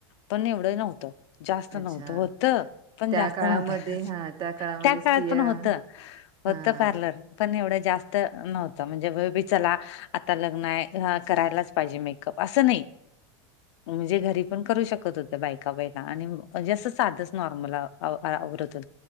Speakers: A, on the left; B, on the right.
A: पण एवढं नव्हतं. जास्त नव्हत,
B: अच्छा.
A: होत पण
B: त्या
A: जास्त
B: काळामध्ये
A: नव्हत,
B: हां, काळामध्ये
A: त्या
B: स्त्रिया
A: काळात पण होत.
B: हां.
A: होत पार्लर. पण एवढं जास्त नव्हतं, म्हणजे वबी चला आता लग्न आहे करायलाच पाहिजे मेकअप असं नाही. म्हणजे घरी पण करू शकत होत्या बायका, बाईका आणिजे असं साधच नॉर्मल आवरत होत.